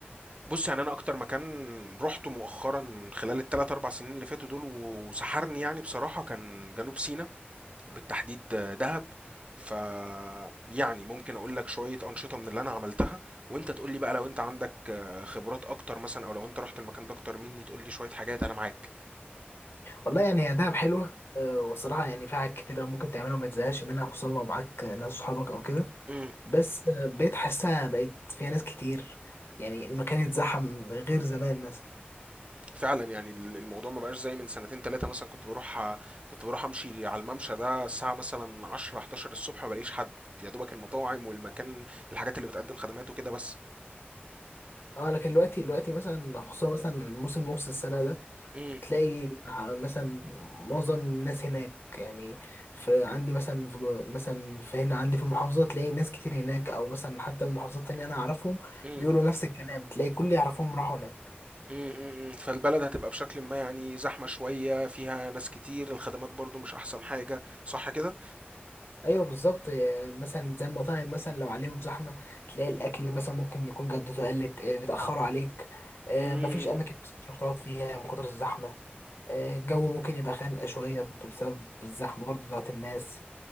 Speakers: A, on the right (about 30°); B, on the left (about 85°).
A: بص يعني انا اكتر مكان رحته مؤخرا خلال الثلاث اربع سنين اللي فاتوا دول و- وسحرني يعني بصراحة كان جنوب سيناء بالتحديد آه، دهب ف يعني ممكن اقول لك شوية انشطة من اللي انا عملتها وانت تقول لي بقى لو انت عندك آه، خبرات اكتر مثلا او لو انت رحت المكان ده اكتر مني تقول لي شوية حاجات انا معاك
B: والله يعني هي دهب حلوه آه والصراحه يعني فيها حاجات كتير ممكن تعملها وما تزهقش منها خصوصا لو معاك ناس صحابك او كده
A: امم
B: بس آه، بقيت حاسها بقيت فيها ناس كتير يعني المكان اتزحم غير زمان مثلا
A: فعلا يعني ال- الموضوع ما بقاش زي من سنتين ثلاثة مثلا كنت بروح ع- كنت بروح امشي على الممشى ده الساعة مثلا 10 11 الصبح ما بلاقيش حد يا دوبك المطاعم والمكان الحاجات اللي بتقدم خدمات وكده بس
B: اه لكن دلوقتي دلوقتي مثلا خصوصا مثلا موسم نص السنة ده
A: امم
B: تلاقي مثلا معظم الناس هناك يعني في عندي مثلا في مثلا في هنا عندي في المحافظة تلاقي ناس كتير هناك أو مثلا حتى المحافظات التانية أنا أعرفهم
A: امم
B: بيقولوا نفس الكلام تلاقي كل اللي يعرفهم راحوا هناك
A: امم فالبلد هتبقى بشكل ما يعني زحمة شوية فيها ناس كتير الخدمات برضو مش احسن حاجة صح كده
B: أيوه بالظبط آه، مثلا زي المطاعم مثلا لو عليهم زحمة تلاقي الأكل مثلا ممكن يكون جودته قلت آه، بيتأخروا عليك آه،
A: امم
B: مفيش أماكن بس تروح تقعد فيها من كتر الزحمة آه، الجو ممكن يبقى خانقة شوية بسبب الزحمة برضه بتاعت الناس